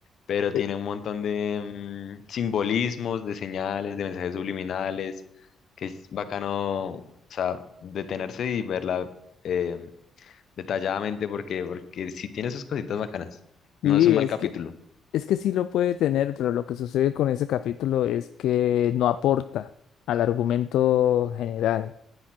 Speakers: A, on the left (about 60°); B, on the left (about 80°).
A: Pero
B: Eh,
A: tiene un montón de mm, simbolismos, de señales, de mensajes subliminales, que es bacano, o sea, detenerse y verla eh, detalladamente porque, porque sí tiene sus cositas bacanas.
B: Sí,
A: No es un mal
B: es
A: capítulo.
B: que, es que sí lo puede tener, pero lo que sucede con ese capítulo es que no aporta al argumento general